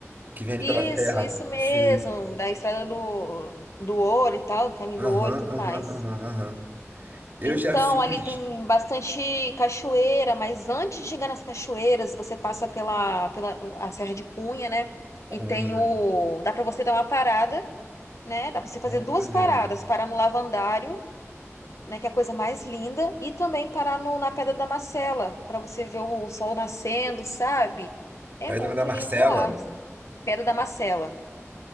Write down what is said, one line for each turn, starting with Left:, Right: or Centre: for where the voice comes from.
Right: Que vende
Left: Isso,
Right: pela terra.
Left: isso mesmo,
Right: Sim.
Left: da estrada do, do ouro e tal, do caminho
Right: Aham,
Left: do ouro e tudo
Right: aham,
Left: mais.
Right: aham, aham. Eu
Left: Então,
Right: já fiz
Left: ali tem bastante cachoeira, mas antes de chegar nas cachoeiras, você passa pela, pela a Serra de Cunha, né?
Right: cunha.
Left: E tem o. Dá para você dar uma parada, né? Dá para você fazer
Right: Olha.
Left: duas paradas: parar no Lavandário, né? Que é a coisa mais linda, e também parar no, na Pedra da Macela, para você ver o sol nascendo, sabe? É
Right: Pedra
Left: muito
Right: da Marcela.
Left: lindo lá. Pedra da Macela.